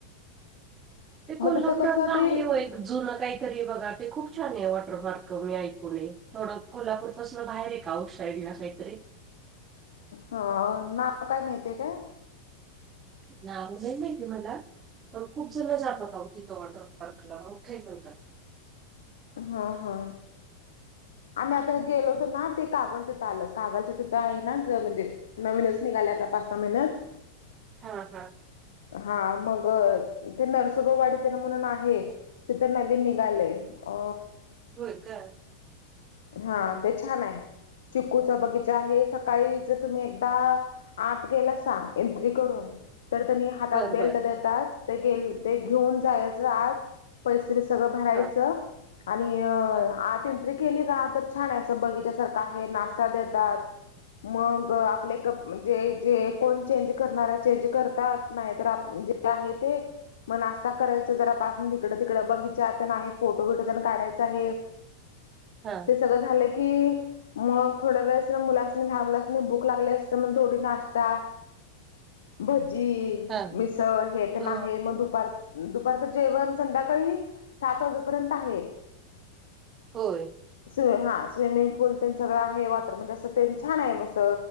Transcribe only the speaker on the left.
मग तिथं कसं ते
हो नाव काय माहती आहे का.
हा हा. आम्ही आता गेलो होत ना ते कागल तिथं आलं कागलच्या तिथं आहे ना ज म्हणजे. नवीनच निघाल आता पाच सहा महिन्यात
हा मग ते नरसगा वाडीना म्हणून आहे. तिथं नवीन निघालेय अ
हा ते छान आहे चिकूचा बगीचा आहे सकाळी जर तुम्ही एकदा आत गेला सां एंट्री करून. तर त्यांनी हातात
बेल्ट
देतात तेे ते घेऊन जायच आत पैसे सगळं भरायचं
आणि आत
एंट्रिक केली रा तर छान अस बगीचा सारखं आहे नाश्ता देतात. मग आपले क जे जे कोण चेंज करणार चेंज करतात नाही तर. आहे ते. मग नाश्ता करायचं जरा पासून तिकडं तिकडं बगीच्यात आहे फोटो बिटो जण काढायचां आहे.
ते सगळं झालं की. मग थोड्या वेळेस मुलास लहान मुलास भूक लागली अस तर मग थोडी नाश्ता. भजी
मिसळ हे तर
नाही मग दुपार. दुपारचं जेवण संध्याकाळी सात वाजेपर्यंत आहे.
स् हा स्विमिंग पूल त्यां सगळं आहे वॉटर म्हणजे असं छान आहे बस.